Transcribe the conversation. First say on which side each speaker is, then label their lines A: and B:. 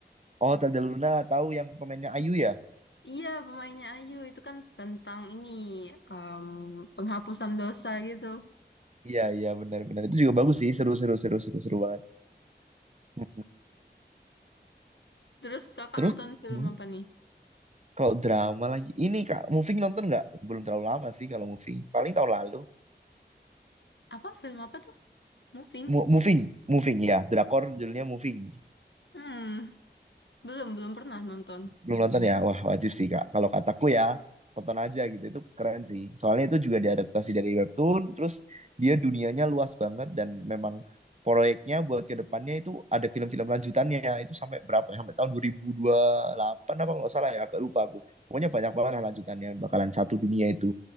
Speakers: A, on the right (about 40°); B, on the left (about 80°).
A: Oh, Zelda Luna tahu yang pemainnya Ayu ya?
B: Iya, pemainnya Ayu itu kan tentang ini em, penghapusan dosa gitu.
A: Iya, iya benar-benar. Itu juga bagus sih, seru-seru seru-seru seru banget. Hmm.
B: Terus Kakak
A: Terus
B: nonton film
A: hmm,
B: apa nih?
A: kalau drama lagi, ini Kak, Moving nonton nggak? Belum terlalu lama sih kalau Moving. Paling tahun lalu.
B: Apa film apa tuh? Moving?
A: Mo- moving, Moving ya. Drakor judulnya Moving.
B: Hmm, belum belum pernah nonton.
A: Belum nonton ya? Wah, wajib sih, Kak. Kalau kataku ya, tonton aja gitu. Itu keren sih. Soalnya itu juga diadaptasi dari webtoon, terus dia dunianya luas banget dan memang proyeknya buat ke depannya itu ada film-film lanjutannya. Itu sampai berapa ya? Sampai tahun dua dua ribu dua puluh delapan apa nggak salah ya? Agak lupa aku. Pokoknya banyak banget lah lanjutannya bakalan satu dunia itu.